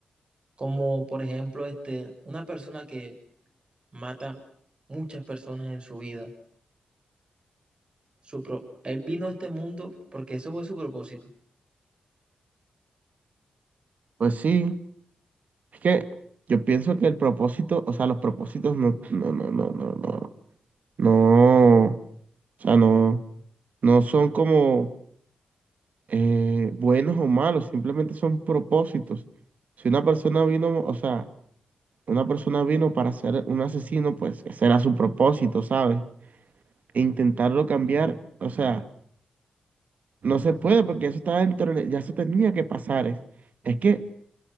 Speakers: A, on the right; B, on the right.
A: como, por ejemplo, este, una persona que mata muchas personas en su vida. Su pro- él vino a este mundo porque eso fue su propósito.
B: Pues sí, es que yo pienso que el propósito, o sea, los propósitos no, no, no, no, no, no, no, o sea, no, no son como eh, buenos o malos, simplemente son propósitos. Si una persona vino, o sea, una persona vino para ser un asesino, pues ese era su propósito, ¿sabes? E intentarlo cambiar, o sea. No se puede porque eso está dentro, de- ya se tenía que pasar. Es, es que